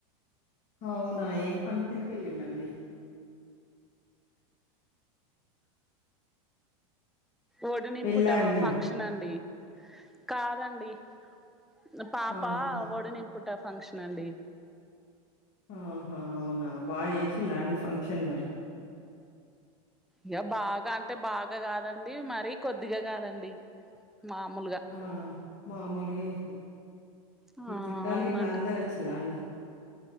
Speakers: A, on the left; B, in the centre.
A: అవునా ఎం ఫంక్షన్ కెళ్ళిండండి.
B: ఒడినింపుటవా
A: పెళ్ళా అండి?
B: ఫంక్షన్ అండి కాదండి. న పాప
A: ఆహా!
B: వోడునింపుట ఫంక్షన్ అండి
A: ఆహా అవునా బాగ చేసి లాండి ఫంక్షన్ మరి
B: ఇక బాగా అంటే బాగా కాదండి మరీ కొద్దిగా కాదండి మామూలుగా
A: ఆ మామూలుగా ఇ
B: ఆ
A: మీ చుట్టాల్
B: అవునండి
A: గిట్లా అందరు వచ్చిలా అండి